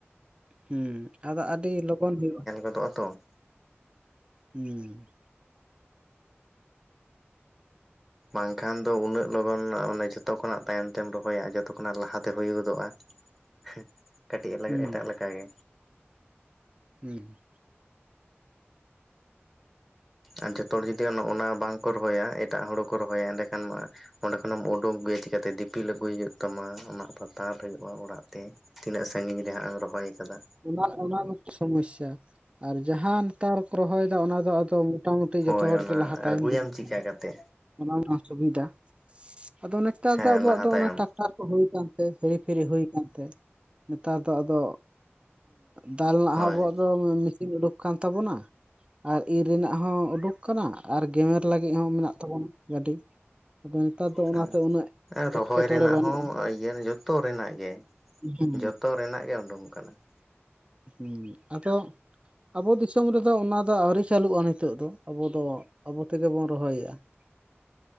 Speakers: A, on the right; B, in the centre.
A: ᱦᱩᱸᱻᱸ ᱟᱫᱚ ᱟᱹᱰᱤ ᱞᱚᱜᱚᱱ ᱦᱩᱭᱩᱜᱼᱟ
B: ᱫᱚᱜᱻᱟᱛᱚ
A: ᱦᱩᱸᱻ
B: ᱵᱟᱝ ᱠᱷᱟᱱ ᱫᱚ ᱩᱱᱟᱹᱜ ᱞᱚᱜᱚᱱ ᱚᱱᱮ ᱡᱷᱚᱛᱚ ᱠᱷᱚᱱᱟᱜ ᱛᱟᱭᱚᱢ ᱛᱮᱢ ᱨᱚᱦᱚᱭᱟ ᱡᱷᱚᱛᱚ ᱠᱷᱚᱱᱟᱜ ᱞᱟᱦᱟᱛᱮ ᱦᱩᱭ ᱜᱚᱫᱚᱜᱼᱟ ᱾ ᱦᱮᱸᱻᱦ ᱠᱟᱹᱴᱤᱡ
A: ᱦᱩᱸ
B: ᱮᱴᱟᱜ ᱞᱮᱠᱟ ᱜᱮ
A: ᱦᱩᱸᱼ
B: ᱟᱨ ᱡᱚᱛᱚ ᱦᱚᱲ ᱡᱩᱫᱤ ᱚᱱᱟ ᱵᱟᱝ ᱠᱚ ᱨᱚᱦᱚᱭᱟ ᱮᱴᱟᱜ ᱦᱚᱲᱩ ᱠᱚ ᱨᱚᱦᱚᱭᱟ ᱮᱸᱰᱮᱠᱷᱟᱱ ᱢᱟ ᱚᱸᱰᱮ ᱠᱷᱚᱱᱮᱢ ᱩᱰᱩᱠ ᱟᱹᱜᱩᱭᱟ ᱪᱤᱠᱟᱛᱮ ᱫᱤᱯᱤᱞ ᱟᱹᱜᱩᱭ ᱦᱩᱭᱩᱜ ᱛᱟᱢᱟ ᱚᱱᱟ ᱯᱟᱛᱟᱨ ᱦᱩᱭᱩᱜᱼᱟ ᱚᱲᱟᱜ ᱛᱮ ᱛᱤᱱᱟᱹᱜ ᱥᱟᱺᱜᱤᱧ ᱨᱮ ᱦᱟᱸᱜ ᱮᱢ ᱨᱚᱦᱚᱭ ᱟᱠᱟᱫᱼᱟ
A: ᱚᱱᱟ ᱚᱱᱟ ᱢᱤᱫ ᱥᱚᱢᱚᱥᱟ ᱟᱨ ᱡᱟᱦᱟᱱ ᱞᱟᱛᱟᱨ ᱠᱚ ᱨᱚᱦᱚᱭᱮᱫᱟ ᱚᱱᱟ ᱫᱚ ᱟᱫᱚ ᱢᱚᱴᱟ ᱢᱩᱴᱤ
B: ᱦᱳᱭ
A: ᱡᱚᱛᱚ ᱦᱚᱲᱜᱮ
B: ᱚᱱᱟ
A: ᱞᱟᱦᱟ ᱛᱟᱭᱚᱢ
B: ᱟᱹᱜᱩᱭᱟᱢ
A: ᱵᱤᱞᱤᱜ
B: ᱪᱤᱠᱟ
A: ᱠᱟᱱᱟ
B: ᱠᱟᱛᱮ
A: ᱚᱱᱟ ᱨᱮᱱᱟᱜ ᱥᱩᱵᱤᱫᱷᱟ <unintelligible> ᱟᱫᱚ ᱱᱮᱛᱟᱨ
B: ᱦᱮᱸ
A: ᱫᱚ ᱟᱵᱚᱣᱟᱜ
B: ᱞᱟᱦᱟ
A: ᱫᱚ
B: ᱛᱟᱭᱚᱢ
A: ᱚᱱᱟ ᱴᱨᱟᱠᱴᱟᱨ ᱠᱚ ᱦᱩᱭ ᱟᱠᱟᱱᱛᱮ ᱦᱤᱨᱤ ᱯᱷᱤᱨᱤ ᱦᱩᱭ ᱟᱠᱟᱱᱛᱮ ᱱᱮᱛᱟᱨ ᱫᱚ ᱟᱫᱚ ᱫᱟᱞ <unintelligible>
B: ᱦᱳᱭ
A: ᱟᱵᱚᱣᱟᱜ ᱫᱚ ᱢᱮᱥᱤᱱ ᱩᱰᱩᱠ ᱠᱟᱱ ᱛᱟᱵᱚᱱᱟ ᱟᱨ ᱤᱨ ᱨᱮᱱᱟᱜ ᱦᱚᱸ ᱩᱰᱩᱠ ᱠᱟᱱᱟ ᱟᱨ ᱜᱮᱢᱮᱨ ᱞᱟᱹᱜᱤᱫ ᱦᱚᱸ ᱢᱮᱱᱟᱜ ᱛᱟᱵᱚᱱᱟ ᱜᱟᱹᱰᱤ ᱟᱫᱚ ᱱᱮᱛᱟᱨ ᱫᱚ
B: <unintelligible>
A: ᱚᱱᱟᱛᱮ ᱩᱱᱟᱹᱜ
B: ᱦᱮᱸ ᱨᱚᱦᱚᱭ
A: ᱮᱴᱠᱮᱴᱚᱬᱮ
B: ᱨᱮᱱᱟᱜ
A: ᱵᱟᱹᱱᱩᱜᱼᱟ
B: ᱦᱚᱸ ᱤᱭᱟᱹ ᱡᱚᱛᱚ ᱨᱮᱱᱟᱜ ᱜᱮ
A: ᱦᱩᱸ
B: ᱡᱚᱛᱚ ᱨᱮᱱᱟᱜ ᱜᱮ ᱩᱰᱩᱝ ᱟᱠᱟᱱᱟ ᱾
A: ᱦᱩᱸᱻᱻ ᱟᱫᱚ ᱟᱵᱚ ᱫᱤᱥᱚᱢ ᱨᱮᱫᱚ ᱚᱱᱟ ᱫᱚ ᱟᱹᱣᱨᱤ ᱪᱟᱹᱞᱩᱜᱼᱟ ᱱᱤᱛᱚᱜ ᱫᱚ ᱟᱵᱚ ᱫᱚ ᱟᱵᱚ ᱛᱮᱜᱮ ᱵᱚᱱ ᱨᱚᱦᱚᱭᱮᱫᱼᱟ ᱾